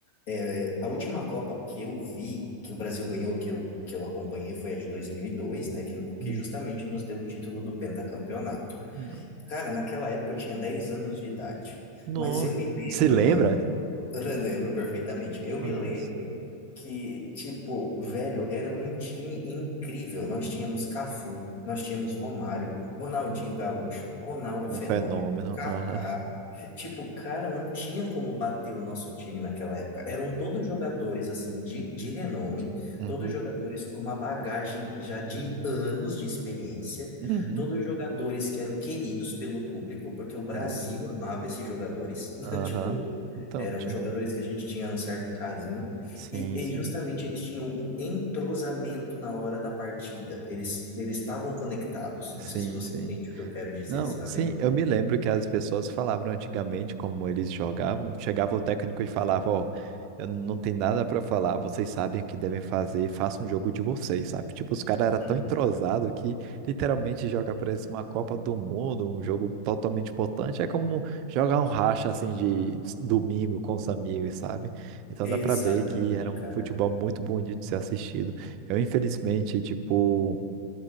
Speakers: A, on the left (about 50°); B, on the right (about 40°).
A: É, a última Copa que eu vi, que o Brasil ganhou, que eu, que eu acompanhei, foi a de 2002, né? Que, que
B: uhum.
A: justamente nos deu o título do pentacampeonato.
B: Nossa,
A: Cara, naquela época eu tinha 10 anos de idade.
B: Nossa.
A: Mas eu me
B: se
A: lembro,
B: lembra?
A: mano, eu lembro perfeitamente. Eu me
B: Nossa.
A: lembro que, tipo, velho, era um time incrível. Nós tínhamos Cafu, nós tínhamos Romário, Ronaldinho Gaúcho, Ronaldo
B: Um
A: Fenômeno,
B: fenômeno.
A: Kaká.
B: Aham.
A: Tipo, cara, não tinha como bater o nosso time naquela época. Eram todos jogadores, assim, de, de renome,
B: Uhum.
A: todos jogadores com uma bagagem já de anos de experiência,
B: Uhum.
A: todos jogadores que eram queridos pelo público, porque o Brasil
B: É.
A: amava esses jogadores. <laughs>
B: Aham.
A: Tipo,
B: Então,
A: eram
B: tia.
A: jogadores que a gente tinha um certo carinho,
B: Sim,
A: e, e
B: sim.
A: justamente eles tinham um entrosamento na hora da partida. Eles eles estavam conectados. Não
B: Sim,
A: sei se você
B: sim.
A: entende o que eu quero dizer,
B: Não,
A: sabe?
B: sim, eu me lembro que as pessoas falavam antigamente como eles jogavam. Chegava o técnico e falava, ó, eu não tenho nada pra falar, vocês sabem o que devem fazer, façam um jogo de vocês, sabe? Tipo, os caras eram tão
A: Uhum.
B: entrosados que literalmente joga parece uma Copa do Mundo, um jogo totalmente importante. É como jogar um racha assim de s- domingo com os amigos, sabe? Então
A: Exatamente,
B: dá pra ver que era um
A: cara.
B: futebol muito bonito de ser assistido. Eu, infelizmente, tipo.